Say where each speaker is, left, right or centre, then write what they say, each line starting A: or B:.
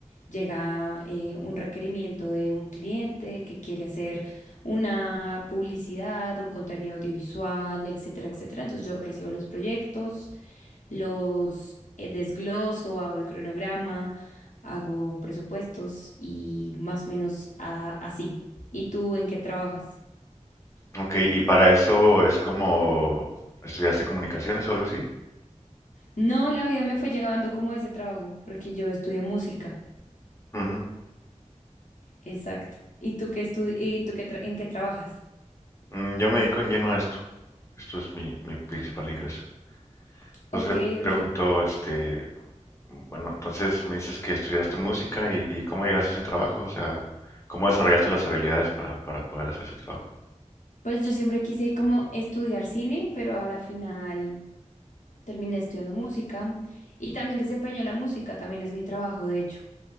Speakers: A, on the left; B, on the left.
A: llega eh, un requerimiento de un cliente que quiere hacer una publicidad, un contenido audiovisual, etcétera, etcétera. Entonces yo recibo los proyectos. los eh, desgloso, hago el cronograma, hago presupuestos y más o menos a- así. ¿Y tú en qué trabajas?
B: Ok, y para eso es como, ¿estudiaste comunicaciones o algo así?
A: No, la vida me fue llevando como a ese trabajo, porque yo estudié música.
B: Ujú.
A: Exacto. ¿Y tú qué estu- y tú qué tra- en qué trabajas?
B: Mm, yo me dedico en lleno a esto, esto es mi, mi principal ingreso. Entonces
A: Ok,
B: le pregunto,
A: ok.
B: este, Bueno, entonces me dices que estudiaste música y, y cómo llegaste a ese trabajo, o sea, cómo desarrollaste las habilidades para, para poder hacer ese trabajo.
A: Pues yo siempre quise como estudiar cine, pero a la final terminé estudiando música y también desempeño la música, también es mi trabajo, de hecho.